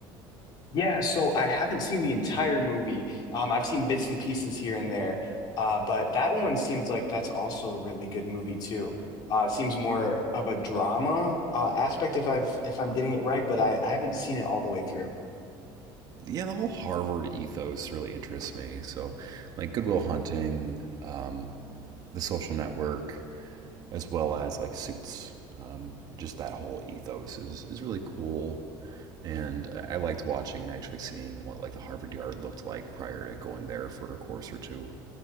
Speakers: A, on the left; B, on the right.
A: Yeah, so I haven't seen the entire movie. Um, I've seen bits and pieces here and there. Uh, but that one seems like that's also a really good movie too. Uh, it seems more of a drama uh, aspect if I've if I'm getting it right, but I, I haven't seen it all the way through.
B: Yeah, the whole Harvard ethos really interests me. So, like Goodwill Hunting, um, the Social Network, as well as like Suits. Um, just that whole ethos is is really cool and I liked watching and actually seeing what like the Harvard Yard looked like prior to going there for a course or two.